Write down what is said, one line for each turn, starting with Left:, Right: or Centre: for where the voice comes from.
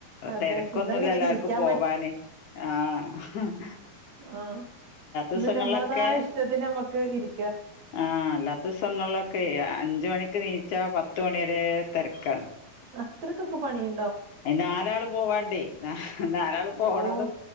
Right: അതെ
Left: തെരക്കൊന്നുല്ലല്ലാർക്കും
Right: ഇന്നലെ ഇങ്ങനെ ഇരിക്കാൻ
Left: പോവാന് ആഹ് ആഹ്
Right: ആ ഇന്ന്
Left: ദിവസങ്ങളിലൊക്കെ
Right: നമ്മളതാ ഇഷ്ടത്തിന് നമ്മുക്ക് ഇരി
Left: ആഹ്. അല്ലാത്ത ദിവസങ്ങളിലൊക്കെ അഞ്ച് മണിക്ക് നീച്ചാ പത്ത് മണി വരെ തെരക്കാ
Right: അത്രയ്ക്കൊക്കെ പണിയു
Left: ആ നാലാള് പോവാണ്ടേ ന നാലാള് പോണതും
Right: ഓഹ്